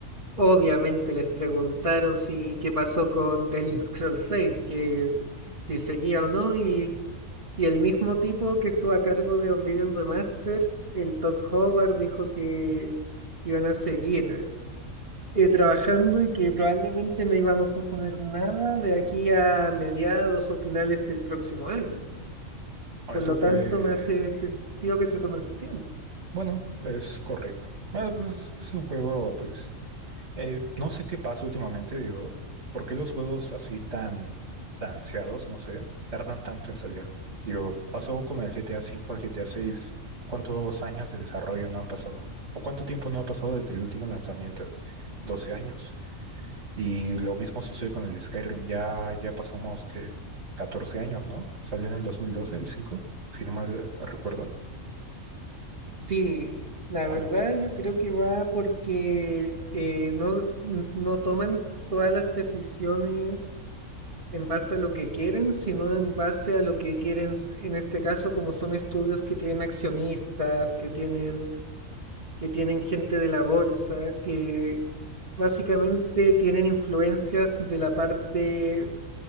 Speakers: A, on the right; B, on the right.
A: obviamente les preguntaron si qué pasó con <laughs> The Elder Scrolls 6, que s- si seguía o no, y, y el mismo tipo que estuvo a cargo de Oblivion Remaster, el Todd Howard, dijo que iban a seguir eh, trabajando y que probablemente no íbamos a saber nada de aquí a mediados o finales del próximo año.
B: Eso
A: Por lo
B: fue,
A: tanto, me hace sentido que se tomen su tiempo.
B: bueno, es correcto. Ah, pues, es un juego, pues, eh, no sé qué pasa últimamente, digo, ¿por qué los juegos así tan, tan ansiados, no sé, tardan tanto en salir? Digo, pasó con el GTA V al GTA VI, ¿cuántos años de desarrollo no han pasado? ¿O cuánto tiempo no ha pasado desde el último lanzamiento? doce años. Y lo mismo sucede con el Skyrim, ya, ya pasamos que 14 años, ¿no? Salió en el 2012 el 5 si no mal eh, recuerdo,
A: Sí, la
B: algo
A: verdad
B: así.
A: yo creo que va porque eh, no, n- no toman todas las decisiones en base a lo que quieren, sino en base a lo que quieren, s- en este caso, como son estudios que tienen accionistas, que tienen, que tienen gente de la bolsa, que básicamente tienen influencias de la parte